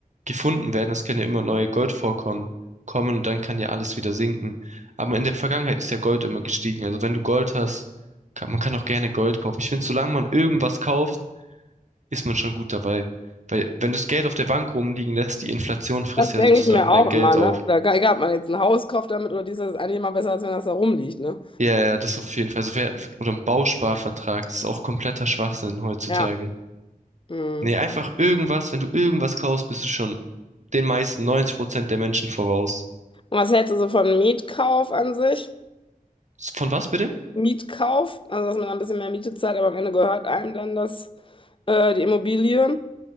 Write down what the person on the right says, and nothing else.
gefunden werden, es können ja immer neue Goldvorkommen kommen und dann kann ja alles wieder sinken. Aber in der Vergangenheit ist ja Gold immer gestiegen. Also wenn du Gold hast, kann, man kann auch gerne Gold kaufen. Ich finde, solange man irgendwas kauft, ist man schon gut dabei. Weil wenn du das Geld auf der Bank rumliegen lässt, die Inflation frisst
ja
sozusagen
dein Geld
auf.
Ja, ja, das auf jeden Fall. Also wer, oder ein Bausparvertrag, das ist auch kompletter Schwachsinn heutzutage.
Nee, einfach irgendwas, wenn du irgendwas kaufst, bist du schon den meisten 90% der Menschen voraus.
Von was bitte?